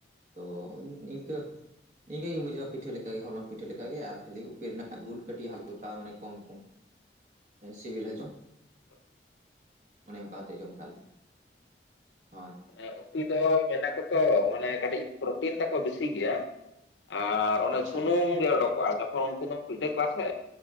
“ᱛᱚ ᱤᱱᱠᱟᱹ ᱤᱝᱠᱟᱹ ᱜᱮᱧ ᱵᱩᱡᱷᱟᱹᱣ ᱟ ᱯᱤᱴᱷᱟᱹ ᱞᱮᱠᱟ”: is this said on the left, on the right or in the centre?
Right